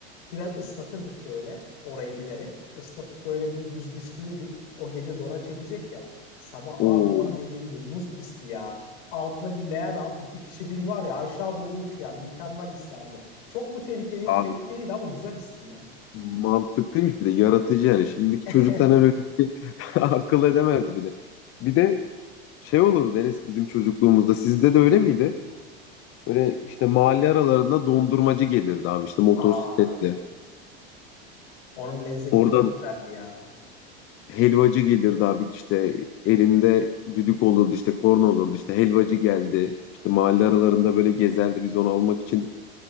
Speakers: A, on the left; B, on the left.
A: biraz ıslatırdık böyle orayı bilerek. Islatıp böyle bir düzleştirirdik. O gece dona çekecek ya. Sabah abi
B: Oo.
A: ona dediğin gibi buz pisti ya. Altına bir leğen al. iki kişi bin var ya aşağı doğru uç yani. Mükemmel hislerdi. Çok mu tehlikeliydi?
B: Abi
A: Tehlikeliydi ama güzel histi ya.
B: Mantıklıymış bir de yaratıcı yani. Şimdiki
A: <laughs>
B: çocuktan öyle bir şey <laughs> akıl edemez bile. Bir de şey olurdu Enes bizim çocukluğumuzda sizde de öyle miydi? Böyle işte mahalle aralarında dondurmacı gelirdi abi işte motosikletle.
A: Aa, onun lezzeti
B: Oradan
A: çok güzeldi ya.
B: helvacı gelirdi abi işte elinde düdük olurdu işte korna olurdu işte helvacı geldi. İşte mahalle aralarında böyle gezerdi biz onu almak için